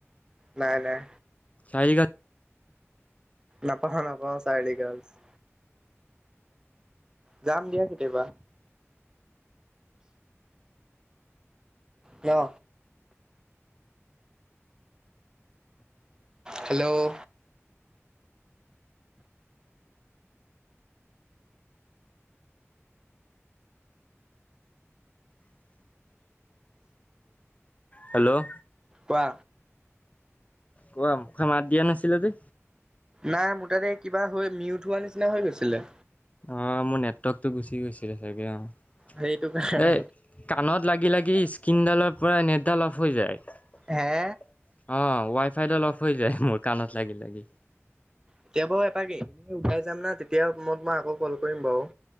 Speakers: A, on the right; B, on the left.
A: নাই, নাই।
B: <unintelligible>
A: নাপাহৰোঁ নাপাহৰোঁ চাৰিআলি গাৰ্লছ যাম দিয়া কেতিয়াবা। ন হেল্ল'
B: হেল্ল'
A: কোৱা
B: কোৱা, মুখে মাত দিয়া নাছিলা যে?
A: নাই, মোৰ তাতে কিবা হৈ মিউত হোৱা নিচিনা হৈ গৈছিলে।
B: অ', মোৰ নেটৱৰ্কটো গুচি গৈছিলে চাগে, অ'
A: সেইটো কাৰণে
B: এ, কাণত লাগি লাগি ইছ কিন ডালৰ পৰা নেটদাল অফ হৈ যায়, অ',
A: হে
B: ৱাইফাইদাল অফ হৈ যায়, মোৰ কাণত লাগি-লাগি।
A: এতিয়া বাৰু এপাক এনেই ওলাই যাম না, তেতিয়া মই তোমাক আকৌ কল কৰিম বাৰু।